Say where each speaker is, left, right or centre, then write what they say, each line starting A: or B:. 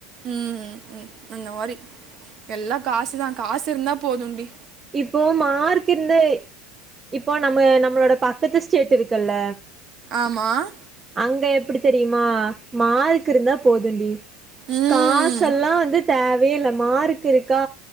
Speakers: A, on the right; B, on the right.
A: ம்ம் ம் அந்த மாரி எல்லா காசு தா காசு இருந்தா போதும்டி
B: இப்போ மார்க்கு இர்ந்தே இப்போ நம்ப நம்பளோட பக்கத்து ஸ்டேட் இருக்குல்ல
A: ஆமாம்
B: அங்க எப்பிடி தெரியுமா மார்க்கு இருந்தா போதுண்டி
A: ம்
B: காசெல்லா வந்து தேவயே இல்ல மாருக் க் இருக்கா